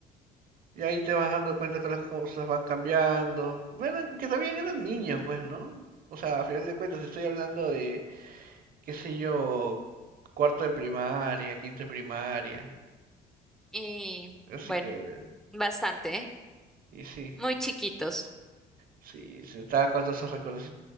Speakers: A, on the right; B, in the centre.
A: Y ahí te vas dando cuenta que las cosas van cambiando. Bueno, que también eran niños, pues, ¿no? O sea, a final de cuentas estoy hablando de, qué sé yo, cuarto de primaria, quinto de primaria.
B: Y
A: Así
B: bueno,
A: que,
B: bastante, ¿eh?
A: y sí.
B: Muy chiquitos.
A: Sí, se estaba con todos esos recuerdos.